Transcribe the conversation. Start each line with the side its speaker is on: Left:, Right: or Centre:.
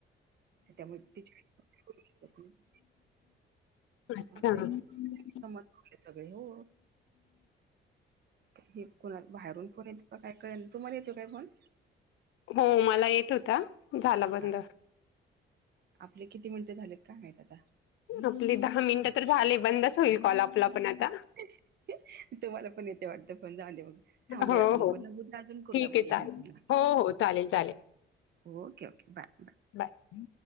Right: त्यामुळे तिची <inaudible>
Left: अच्छा
Right: असं आहे
Left: <unintelligible>
Right: संबंध सगळे हो हे कोणा बाहेरून येत काय कळेना तुमाला येतो काय फोन?
Left: हो मला येत होता झाला बंद.
Right: हा आपले किती मिनटं झालेत काय माहित आता
Left: आपली दहा मिनटं तर झाले बंदच होईल कॉल आपला पण आता
Right: <unintelligible> तुम्हाला पण येतोय वाटतं फोन झाल्यावर थांबूया
Left: हो,
Right: आपण
Left: हो.
Right: बोलन अजून करूया
Left: ठीक
Right: मग
Left: आहे
Right: एकमेकिला
Left: चालेल. हो हो चालेल चालेल.
Right: Okay okay bye bye
Left: bye